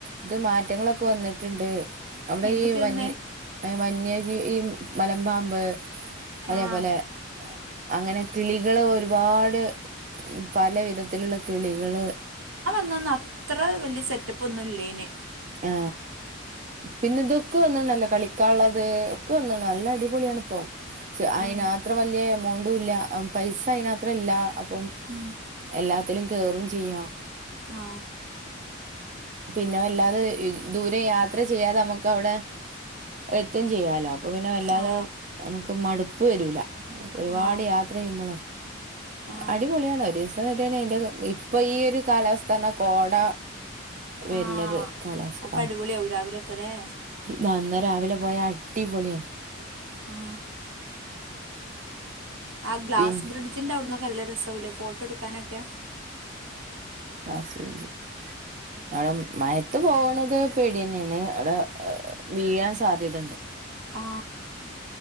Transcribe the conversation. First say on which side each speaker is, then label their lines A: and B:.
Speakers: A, on the right; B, on the right.
A: ഇത് മാറ്റങ്ങളൊക്കെ വന്ന്ട്ട്ണ്ട് അവിടെ
B: എന്തൊക്കെയാ
A: ഈ വന്യ
B: വന്നേ
A: എ വന്യ ഈ ഇ മലമ്പാമ്പ് അതേപോലെ
B: ആഹ്
A: അങ്ങനെ കിളികള് ഒരുപാട് പല വിധത്തിലുള്ള കിളികള്
B: അന്നൊന്നും അത്ര വല്യ സെറ്റപ്പാെന്നും ഇല്ലേനി
A: ആ പിന്നെ ഇതൊക്കെ വന്ന്ണല്ലോ കളിക്കാള്ളത് ഒക്കെ വന്ന്ണ് നല്ല അടി പൊളിയാണ്പ്പം ശെ അയ്നാത്രം
B: ഏ
A: വല്യ എമൗണ്ടുംല്ല പൈസ അയ്നാത്രല്ല അപ്പം
B: ഉം.
A: എല്ലാത്തിലും കേറും ചെയ്യാം
B: ആ
A: പിന്നെ വല്ലാതെ ദൂരം യാത്ര ചെയ്യാതെ ഞമ്മക്ക് അവ്ടെ എത്തും ചെയ്യാലോ അപ്പൊ പിന്നെ വല്ലാതെ
B: ആ
A: ഞമ്മക്ക് മടുപ്പ് വരൂല ഒരുപാട്
B: ആ
A: യാത്ര ചെയ്യുമ്പള
B: ആ
A: അടിപൊളിയാണ് ഒരീസം വരാണ് അയ്ന്റെത് ഇപ്പൊ ഈയൊരു കാലാവസ്ഥാർഞ്ഞ കോട വര്ണൊരു
B: ആ
A: കാലാവസ്ഥ
B: അപ്പം
A: ആ
B: അടിപൊളിയാവും രാവിലെയൊക്കെ അല്ലേ
A: നന്ന രാവിലെ പോയ അടിപൊള്യാണ്
B: ആ ആ ഗ്ലാസ്
A: പിൻ
B: ബ്രിഡ്ജിന്റെ അവിട്ന്നൊക്കെ നല്ല രസാവൂലെ ഫോട്ടട്ക്കാനൊക്കെ
A: ആ സെരി സെ അവ്ടെ മഴത്ത് പോക്ണത് പേട്യെന്നേണ്‌ അവ്ടെ വീഴാൻ സാധ്യതണ്ട്
B: ആ